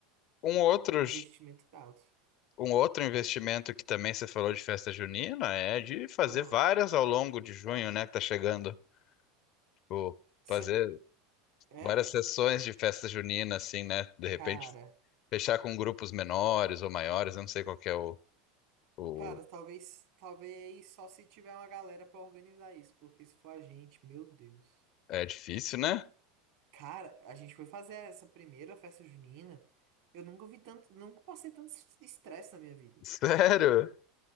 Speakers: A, on the left; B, on the right.
A: um outro
B: investimento alto.
A: um outro investimento que também você falou de festa junina é de fazer
B: Aham.
A: várias ao longo de junho, né, que tá chegando. Tipo, fazer
B: Cê- É,
A: várias sessões de festa junina, assim, né? De
B: cara.
A: repente, fechar com grupos menores ou maiores, eu não sei qual que é o, o...
B: Cara, talvez, talvez só se tiver uma galera pra organizar isso, porque se for a gente, meu Deus.
A: É difícil, né?
B: Cara, a gente foi fazer essa primeira festa junina, eu nunca vi tanto, nunca passei tanto estresse na minha vida.
A: Sério?